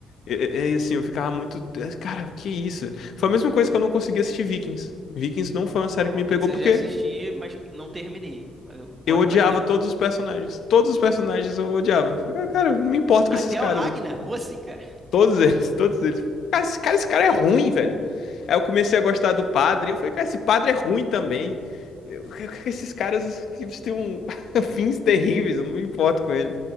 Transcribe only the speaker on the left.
E, e- e, assim, eu ficava muito. Cara, que isso? Foi a mesma coisa que eu não consegui assistir Vikings. Vikings não foi uma série
que me pegou
porque
Eu odiava
todos os personagens. Todos os personagens eu odiava. Eu Falei, "Ah, Cara, não me importo
com esses caras.
Todos eles, todos eles. Cara, esse cara, esse cara é ruim, velho. Aí eu comecei a gostar do padre, e eu falei, cara, esse padre é ruim também. Eu- <laughs> esses caras, eles têm um- <laughs> fins terríveis, eu não me importo com eles.